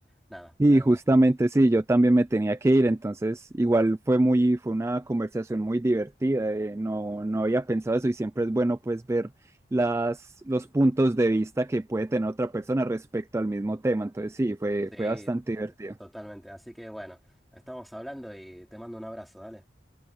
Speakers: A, in the centre; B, on the right (about 15°).
A: nada,
B: Y
A: me-
B: justamente
A: me-
B: sí, yo también me tenía que ir, entonces igual fue muy, fue una conversación muy divertida, eh, no, no había pensado eso y siempre es bueno pues ver las, los puntos de vista que puede tener otra persona respecto al mismo tema, entonces sí, fue,
A: sí,
B: fue bastante
A: <laughs>
B: divertido.
A: totalmente. Así que bueno, estamos hablando y te mando un abrazo, dale.